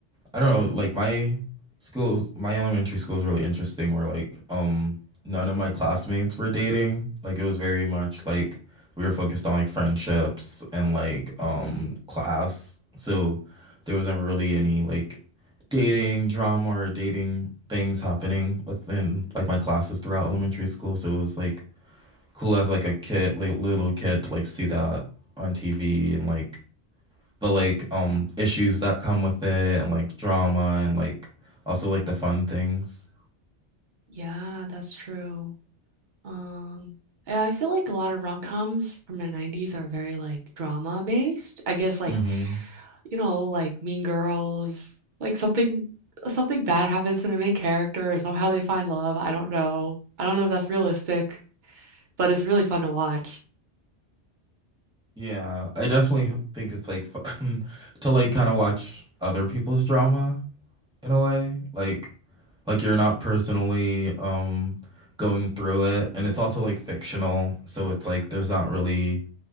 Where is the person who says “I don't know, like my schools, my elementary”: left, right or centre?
Centre